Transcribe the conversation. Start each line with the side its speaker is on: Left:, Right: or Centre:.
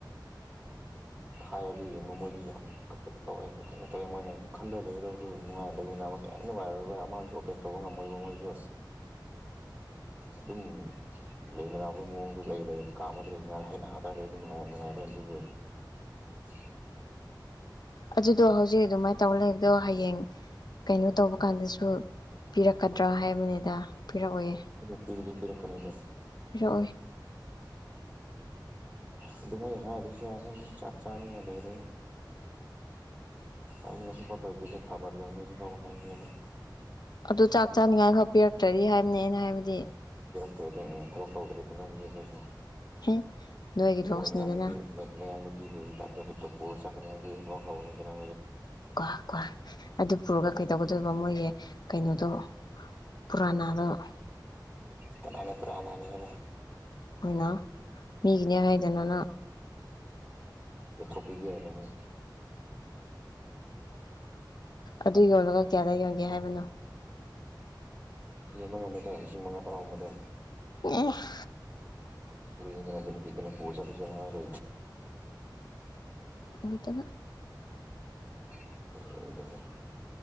Right: ꯍꯥꯏꯔꯗꯤ ꯌꯦꯡꯉꯣ ꯃꯣꯏꯗꯤ ꯌꯥꯝ ꯀ ꯇꯧꯋꯦ ꯀꯩꯅꯣ ꯇꯧꯋꯦ ꯃꯣꯏꯅ ꯈꯜꯗ ꯂꯩꯒꯗꯕꯗꯨꯣ ꯅꯨꯡꯉꯥꯏꯔ ꯂꯩꯃꯤꯟꯅ ꯌꯥꯝ ꯅꯨꯡꯉꯥꯏꯔꯣꯏ ꯑꯩꯈꯣꯏ ꯑꯃꯁꯨ ꯑꯣꯄꯦꯟ ꯇꯧꯕ ꯉꯝꯃꯣꯏꯕ ꯃꯣꯏꯁꯨ ꯑꯗꯨꯝ ꯂꯩꯅꯕꯒꯤ ꯃꯑꯣꯡꯗꯨ ꯂꯩ ꯀꯥ ꯑꯃꯗ ꯂꯩꯅ ꯍꯩꯗ ꯂꯩ ꯅꯨꯡꯉꯥꯏꯕ ꯅꯨꯡꯉꯥꯏꯕꯅꯤ ꯑꯗꯨꯕꯨ ꯁꯤ
Left: ꯑꯗꯨꯗꯣ ꯍꯧꯖꯤꯛ ꯑꯗꯨꯃꯥꯏꯅ ꯇꯧꯔ ꯂꯩꯕꯗꯣ ꯍꯌꯦꯡ ꯀꯩꯅꯣ ꯇꯧꯕ ꯀꯥꯟꯗꯁꯨ ꯄꯤꯔꯛꯀꯗ꯭ꯔꯥ ꯍꯥꯏꯕꯅꯤꯗ ꯄꯤꯔꯛꯑꯣꯏꯌꯦ
Right: ꯄꯤꯔꯛꯇꯔꯀꯅꯗ
Left: ꯇꯛꯑꯣ ꯑꯣꯏ
Right: ꯑꯗꯨ ꯃꯣꯏꯗꯤ ꯍꯥꯏꯗꯤꯁꯨ ꯌꯥꯅꯤ ꯑꯗꯨꯝ ꯆꯥꯛ ꯆꯥꯅꯤꯡꯅ ꯂꯩꯔꯦ ꯍꯥꯏꯥꯏꯅꯦꯁꯨ ꯐꯥꯎ ꯂꯣꯏꯈꯤꯗꯣ ꯈꯥꯕꯔ ꯂꯧꯅꯦꯁꯨ ꯐꯥꯎ ꯍꯥꯏꯥꯏ ꯑꯗꯨ
Left: ꯑꯗꯨ ꯆꯥꯛ ꯆꯥꯅꯤꯉꯥꯏ ꯐꯥꯎ ꯄꯤꯔꯛꯇꯔꯗꯤ ꯍꯥꯏꯕꯅꯦ ꯑꯩꯅ ꯍꯥꯏꯕꯗꯤ
Right: ꯀ ꯊꯕꯛ ꯇꯧꯗ꯭ꯔꯦꯗꯅꯗꯤ ꯑꯩꯈꯣꯏꯁꯨ
Left: ꯍꯦ ꯅꯣꯏꯒꯤ ꯂꯣꯁꯅꯤꯗꯅ
Right: ꯃꯣꯏ ꯃꯌꯝꯕꯒꯤ ꯀꯈꯦ ꯅ ꯇꯣ ꯄꯨꯣꯔ ꯆꯥꯛꯅꯤ ꯄ ꯈꯥꯎꯅꯤꯗꯅ
Left: ꯀꯣ ꯀꯣ ꯑꯗꯨ ꯄꯨꯔꯒ ꯀꯩꯗꯧꯒꯗꯣꯏꯕ ꯃꯣꯏꯒꯤ ꯀꯩꯅꯣꯗꯣ ꯄꯨꯔꯥꯅꯥꯗꯣ
Right: ꯀꯅ ꯄꯨꯔꯥꯅꯥꯅꯤꯅ
Left: ꯑꯣꯏꯅ ꯃꯤꯒꯤꯅꯦ ꯍꯥꯏꯗꯅꯅ
Right: ꯏ ꯊꯣꯄꯤꯒꯔꯅ
Left: ꯑꯗꯨ ꯌꯣꯜꯂꯒ ꯀꯌꯥꯗ ꯌꯣꯟꯒꯦ ꯍꯥꯏꯕꯅꯣ
Right: ꯌ ꯑꯃ ꯑꯃꯗ ꯂꯤꯁꯤꯡ ꯃꯉꯥ ꯇꯔꯥ ꯒꯨꯟꯕꯗ
Left: ꯑꯣꯍ
Right: ꯔꯍꯤ ꯀꯗꯅ ꯄ ꯀꯅ ꯄꯣꯁ ꯐꯖꯅꯗ
Left: ꯑꯣꯏꯣꯏꯗꯕ
Right: ꯗ